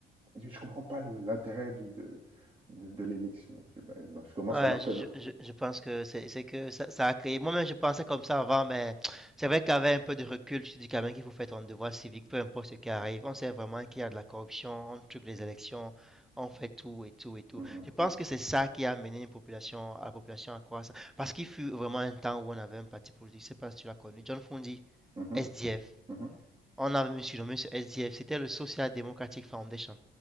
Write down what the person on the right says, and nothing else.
je ne comprends pas le- l'intérêt du- de, de, de l'élection. Je, dis, bah, non, je commence
à leur
faire.
Mhm,
mhm,
mhm,